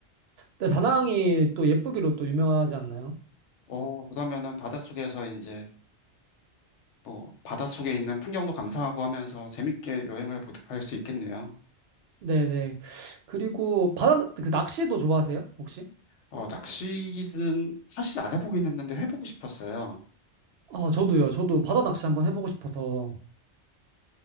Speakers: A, on the right (about 70°); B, on the left (about 80°).
A: 네, 다낭이 또 예쁘기로 또 유명하지 않나요?
B: 어, 그러면은 바닷속에서 이제 뭐 바닷속에 있는 풍경도 감상하고 하면서 재밌게 여행을 할 수 있겠네요.
A: 네, 네. 그리고 바다, 그 낚시도 좋아하세요? 혹시?
B: 어, 낚시는 사실 안 해보긴 했는데 해보고 싶었어요.
A: 아, 저도요. 저도 바다 낚시 한번 해보고 싶어서